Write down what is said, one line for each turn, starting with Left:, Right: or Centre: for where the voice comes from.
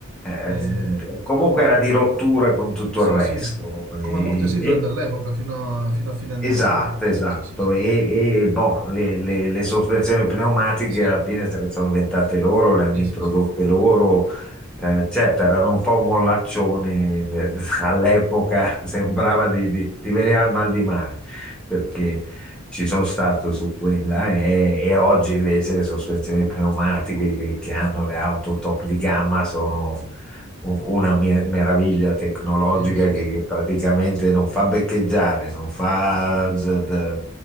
Centre: Eh,
Right: Eh,
Centre: comunque era di rottura con tutto
Right: Sì,
Centre: il resto.
Right: sì.
Centre: E-
Right: Come molte Citroen
Centre: e-
Right: dell'epoca, fino a, fino a fine anni
Centre: esatto,
Right: 80.
Centre: esatto.
Right: Sì, sì, sì, sì,
Centre: E,
Right: sì.
Centre: e, boh, le, le- le sospensioni pneumatiche
Right: Sì,
Centre: alla fine se le sono inventate loro, le hanno introdotte
Right: sì, sì,
Centre: loro. Eh, certo, erano un po' mollaccioni eh, all'epoca, <laughs> sembrava di, di, di venire al mal di mare, perché ci sono stato su quella e, e oggi invece le sospensioni pneumatiche che, che hanno le auto top di gamma sono u- una mer- meraviglia tecnologica
Right: sì, sì, sì, sì,
Centre: che,
Right: sì, sì, sì,
Centre: che
Right: sì,
Centre: praticamente non fa beccheggiare, non fa d- d-